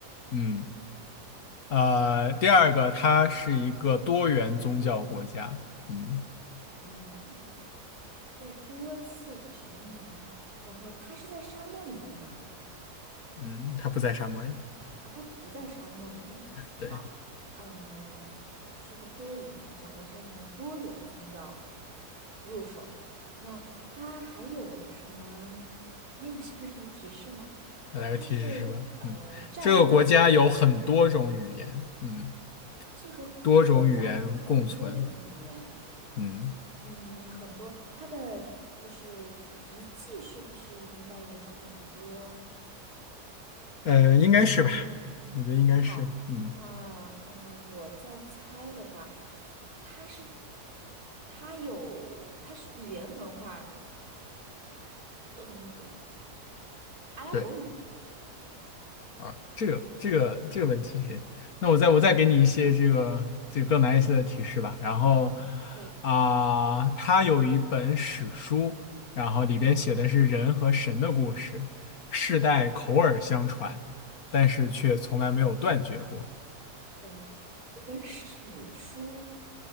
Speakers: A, on the left (about 65°); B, on the right (about 65°).
A: 嗯，呃，第二个，它是一个多元宗教国家，嗯
B: 嗯，被多次殖民，然后它是在沙漠里面吗？
A: 嗯，它不在沙漠里，
B: 啊，它不在沙漠里面。
A: 对，
B: 好，呃，是个多元宗教。我先从多元宗教入手。那它还有什么？还有些什么提示吗？
A: 再来个提示是吧？
B: 它是呃，
A: 嗯，
B: 战乱
A: 这个国家有很多种语言，嗯，
B: 这个国家有很多种语言。
A: 多种语言共存。嗯，
B: 嗯，很多，它的就是遗迹是不是应该也很多？
A: 呃，应该是吧？我觉得应该是，
B: 好，
A: 嗯，
B: 那呃，我在猜的话，它是它有它是语言文化多种语言，阿拉伯语
A: 对啊，这个这个这个问题，那我再我再给你一些这个这个更难一些的提示吧。然后
B: 好，可以。
A: 啊，他有一本史书，然后里边写的是人和神的故事，世代口耳相传，但是却从来没有断绝过。
B: 等一下，有本史书